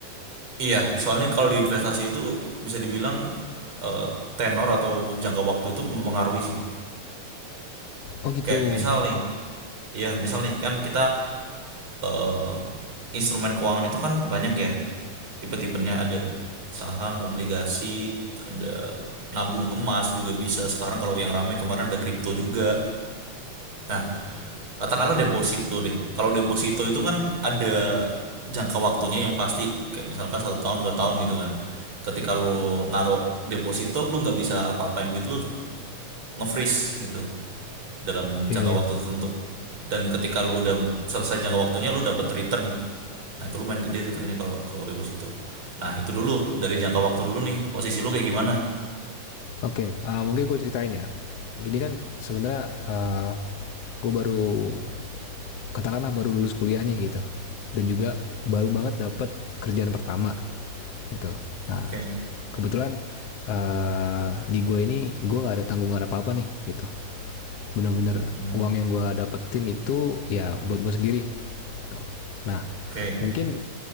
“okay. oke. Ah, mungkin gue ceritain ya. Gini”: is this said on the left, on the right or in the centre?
Left